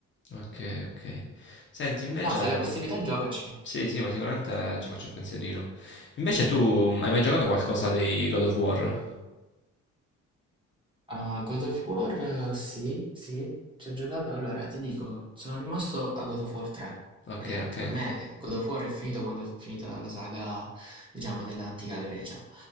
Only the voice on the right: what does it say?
No, se hai la
possibilità, giocaci.
A God of War, eh, sì, sì, ci ho giocato. Allora, ti dico, sono rimasto a God of War 3, praticamente.
Per me eh, God of War è finito quando è finita la saga, diciamo, dell'antica Grecia.